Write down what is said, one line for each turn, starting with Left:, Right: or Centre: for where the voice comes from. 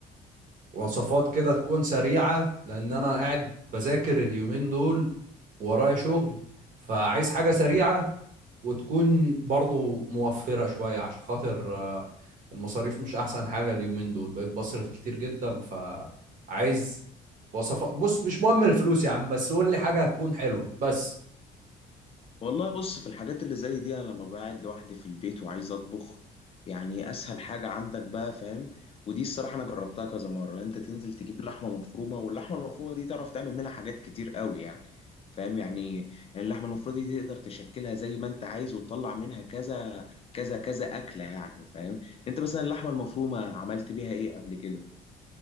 Right: وصفات كده تكون سريعة لأن أنا قاعد بذاكر اليومين دول ورايا شغل فعايز حاجة سريعة وتكون برضه موفرة شوية عشان خاطر آه، المصاريف مش أحسن حاجة اليومين دول بقيت بصرف كتير جدا فعايز وصفات بص مش مهم الفلوس يا عم بس قول لي حاجة هتكون حلوة بس
Left: والله بص في الحاجات اللي زي دي انا لما بقعد لوحدي في البيت وعايز اطبخ يعني اسهل حاجة عندك بقى فاهم ودي الصراحة انا جربتها كذا مرة انت تنزل تجيب لحمة مفرومة واللحمة المفرومة دي تعرف تعمل منها حاجات كتير قوي يعني فاهم يعني يعني اللحمة المفرومة دي تقدر تشكلها زي ما انت عايز وتطلع منها كذا كذا كذا اكلة يعني فاهم انت مثلا اللحمة المفرومة عملت بيها ايه قبل كده